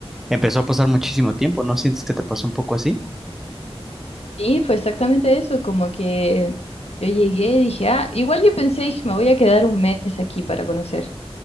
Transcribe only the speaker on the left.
Sí, fue exactamente eso, como que yo llegué y dije, ah, igual yo pensé, dije, me voy a quedar un mes aquí para conocer.